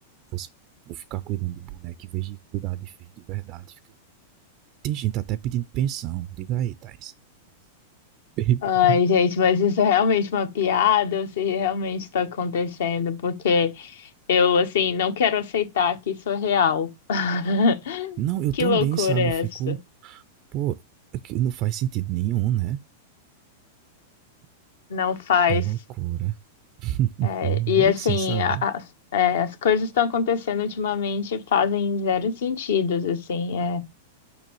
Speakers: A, on the right (about 40°); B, on the left (about 75°).
A: Você ficar cuidando de boneca em vez de cuidar de filho de verdade. Fica... Tem gente até pedindo pensão. Diga aí, Thais. <laughs>
B: Ai, gente, mas isso é realmente uma piada ou se realmente está acontecendo? Porque Eu, assim, não quero aceitar que isso é real. <laughs>
A: Não, eu
B: Que
A: também,
B: loucura
A: sabe?
B: é
A: Eu fico.
B: essa?
A: Pô, não faz sentido nenhum, né?
B: Não faz.
A: É loucura. <laughs>
B: É, e,
A: e
B: assim,
A: assim, sabe?
B: a- as é, as coisas estão acontecendo ultimamente e fazem zero sentido, assim. É,